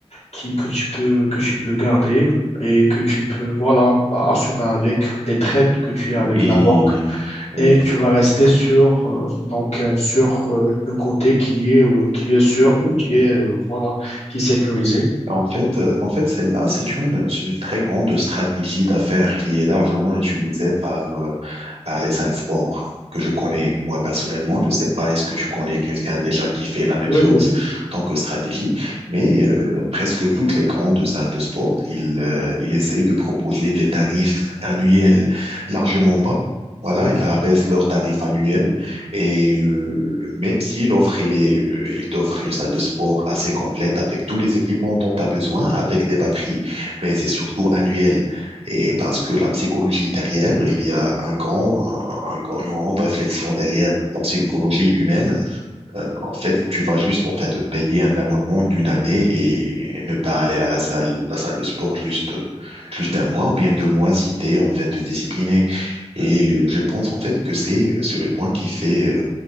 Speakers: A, on the left (about 75°); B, on the right (about 65°).
A: qui, que tu peux, que tu peux garder et que tu peux voilà, assurer avec les trades que tu as
B: Oui,
A: avec la banque
B: oui.
A: et que tu vas rester sur, euh, donc, euh, sur euh, le côté qui est, euh, qui est sûr, qui est, euh, voilà, qui est sécurisé.
B: En fait, euh, en fait, celle-là, c'est une, c'est une très grande stratégie d'affaires qui est largement utilisée par, euh, par les salles sport que je connais. Moi, personnellement, je ne sais pas, est-ce que tu connais quelqu'un déjà qui fait la même
A: Oui,
B: chose
A: oui,
B: en tant que stratégie, mais euh, presque toutes les grandes salles de sport, ils, euh, ils essayent de proposer des tarifs annuels largement bas. Voilà, ils abaissent leurs tarifs annuels et euh, même si l'offre, il est, euh, il t'offre une salle de sport assez complète avec tous les équipements dont tu as besoin, avec des batteries, mais c'est surtout annuel. Et parce que la psychologie derrière, il y a un grand, un, un grand- une grande réflexion derrière la psychologie humaine. Euh, en fait, tu vas juste en fait payer un abonnement d'une année et ne pas aller à la salle, la salle de sport juste, juste un mois ou bien deux mois si tu es en fait discipliné. Et euh, je pense en fait que c'est c'est le point qui fait